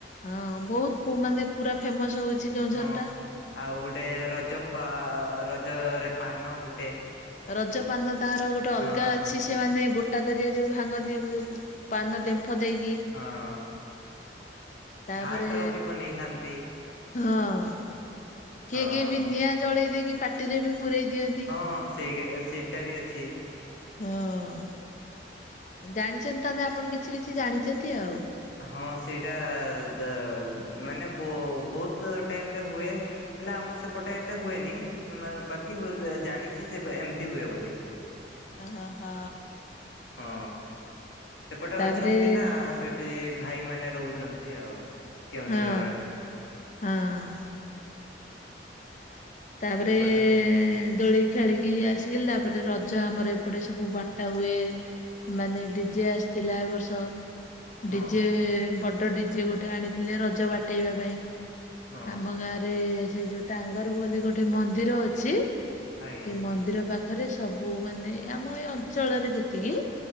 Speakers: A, on the left; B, on the left.
A: ହଁ ବହୁତ ପୁ ମାନେ ପୁରା ଫେମସ ହଉଛି କେଉଁଝର
B: ହଁ।
A: ଟା।
B: ଆଉ ଗୋଟେ ରଜ ପା ରଜରେ ପାନ ଗୋଟେ।
A: ରଜ ପାନ ତାହାର ଗୋଟେ ଅଲଗା
B: ହଁ।
A: ଅ ଅଛି ସେମାନେ ଗୋଟା ଦରିଆ ଯଉ ଭାଙ୍ଗନ୍ତି ଯଉ ପାନ ଡେମ୍ଫ ଦେଇକି।
B: ହଁ।
A: ତାପରେ
B: ହାର୍ଟ ର ବି ବନେଇଥାନ୍ତି
A: ହଁ। କିଏ-
B: ହଁ
A: କିଏ ବି ନିଆଁ ଜଳେଇ ଦେଇକି ପାଟିରେ ବି ପୁରେଇ ଦିଅନ୍ତି।
B: ହଁ ସେଇଏ ଏ ସେଟା ବି ଅଛି।
A: ହଁ। ଜାଣିଛନ୍ତି ତାହେଲେ ଆପଣ କିଛି -କିଛି ଜାଣିଛନ୍ତି ଆଉ।
B: ହଁ ସେଇଟା ଦ ମାନେ ବ ବହୁତ ଟାଇମରେ ହୁଏ। ହେଲା ଆମର ସେପଟା ଏତେ ହୁଏନି ବାକି ଗୁ ଯେ ଜାଣିଛି ସେ ଏମିତି ହୁଏ ବୋଲି।
A: ଅହ ହ।
B: ହଁ, ସେପଟେ
A: ତାପରେ
B: ଅଛନ୍ତି ନା ସେ ସେ ଭାଇ ମାନେ ରହୁଛନ୍ତି ଆଉ କେଉଁଝର
A: ହଁ
B: ଆଡେ।
A: ହଁ। ତାପରେ
B: ସେପଟରେ
A: ଦୋଳି। ଖେଳିକି ଆସିଗିଲା ପରେ ରଜ ଆମର ଏପଟେ ସବୁ ବାଟା ହୁଏ। ଏ ମାନେ ଡିଜେ ଆସିଥିଲା ଏ ବର୍ଷ।
B: ହଁ
A: ଡିଜେ ବଡ ଡିଜେ ଗୋଟେ ଆଣିଥିଲେ ରଜ ବାଟେଇବା ପାଇଁ।
B: ହଁ
A: ଆମ ଗାଁ ରେ ସେ ଯୋଉ ଟାଙ୍ଗର ବୋଲି ଗୋଟେ ମନ୍ଦିର ଅଛି। ସେ
B: ଆଜ୍ଞା
A: ମନ୍ଦିର ପାଖରେ ସବୁ ମାନେ ଆମ ଏଇ ଅଞ୍ଚଳରେ ଯେତିକି।